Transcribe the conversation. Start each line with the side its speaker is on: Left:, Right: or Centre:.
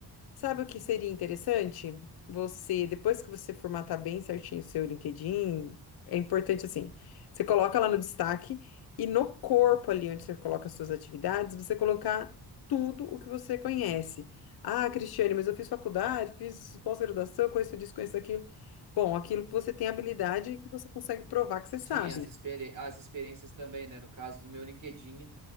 Left: Sabe o que seria interessante? Você, depois que você formatar bem certinho o seu LinkedIn, é importante assim, você coloca lá no destaque e no corpo ali onde você coloca as suas atividades, você colocar tudo o que você conhece. Ah, Cristiane, mas eu fiz faculdade, fiz pós-graduação, conheço disso, conheço aquilo. Bom, aquilo que você tem habilidade e que você consegue provar que você
Right: Sim,
Left: sabe.
Right: as, experi as experiências também, né? No caso do meu LinkedIn,